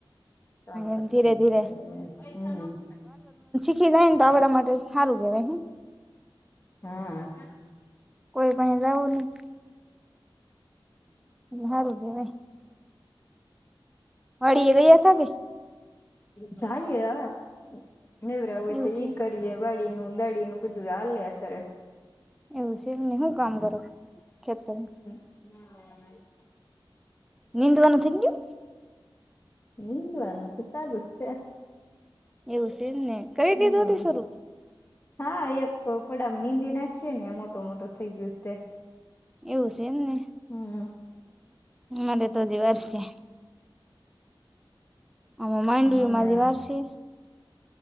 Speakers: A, on the left; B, in the centre.
A: કામ
B: એમ
A: તો
B: ધીરે
A: કરવું
B: ધીરે
A: પડે હમ.
B: ખીજાય ન તો આપડા માટે સારું રે એહિમ.
A: હમ.
B: કોઈ પાહે જાવુ નહી. સારું કેવાાઈ. વાળીએ ગયા હતા કે.
A: જાઈએ હવ નેવરા હોય
B: એવું
A: તો
B: છે
A: ઈ કર ડીએ વાડીનું દાડીનું બધું હાલ્યા કરે.
B: એવું સે એમ ને હું કામ કરો ખેતરનું?
A: <unintelligible>
B: નિંદવાનું થઈ ગ્યું.
A: નીંદવાનું તો સાલુ જ છે.
B: એવું સી એમ ને કરી
A: હમ
B: દીધું તે સરું.
A: હા એક પડામાં નીંદી નાખીએે ને મોટું મોટું થઇ ગ્યું સ તે.
B: એવું સે એમને
A: હમ
B: મારે તો હજી વાર સે. આ માંડવીમાં
A: અમે
B: હજી વારસે.